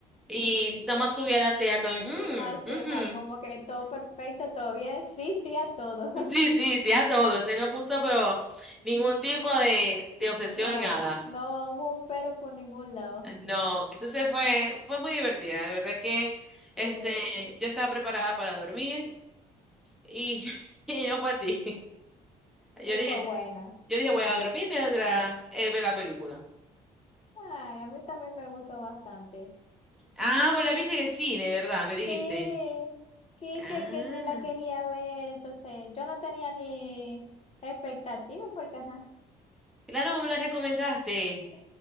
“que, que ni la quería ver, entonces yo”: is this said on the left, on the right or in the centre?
Left